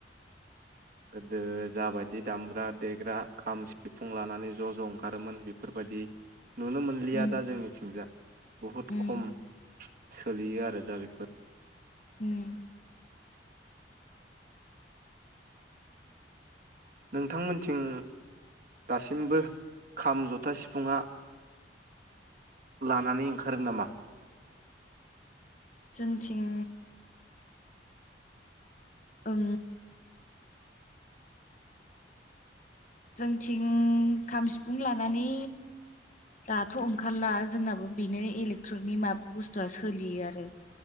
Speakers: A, on the right (about 55°); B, on the left (about 45°).
A: गोदो जाबायदि दामग्रा देग्रा खाम सिफुं लानानै ज' ज' ओंखारोमोन बेफोरबायदि नुनो मोनलिया
B: उम
A: दा जोंनिथिंजा बहुद
B: उम
A: खम सोलियो आरो दा बेफोर
B: हम <unintelligible>
A: नोंथांमोनथिं दासिमबो खाम जथा सिफुंआ लानानै ओंखारो नामा
B: जोंनिथिं ओं जोंथिं खाम सिफुं लानानै दाथ' ओंखारला जोंनाबो बेनो इलेक्ट्रनिकनि माबा बुस्थुआ सोलियो आरो